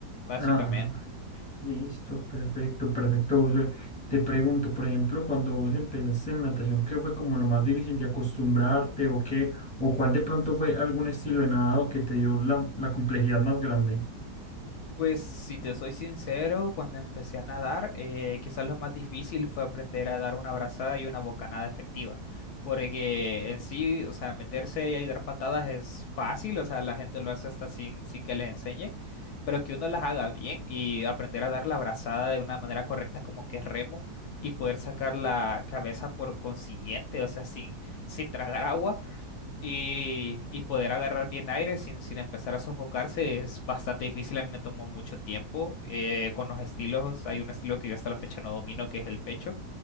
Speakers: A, on the left; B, in the centre.
A: Básicamente.
B: Ah.
A: Ujú.
B: Listo, perfecto, perfecto, Josué. Te pregunto, por ejemplo, cuando vos empezaste en natación, ¿qué fue como lo más difícil de acostumbrarte o qué? ¿O cuál de pronto fue algún estilo de nadado que te dio la, la complejidad más grande?
A: Pues si te soy sincero, cuando empecé a nadar, eh, quizás lo más difícil fue aprender a dar una brazada y una bocanada efectiva, porque en sí, o sea, meterse y dar patadas es fácil, o sea, la gente lo hace hasta sin, sin que les enseñen, pero que uno las haga bien y aprender a dar la brazada de una manera correcta como que es remo y poder sacar la cabeza por consiguiente, o sea, sin, sin tragar agua Y, y poder agarrar bien aire sin, sin empezar a sofocarse es bastante difícil. A mí me tomó mucho tiempo. eh, con los estilos, hay un estilo que yo hasta la fecha no domino, que es el pecho,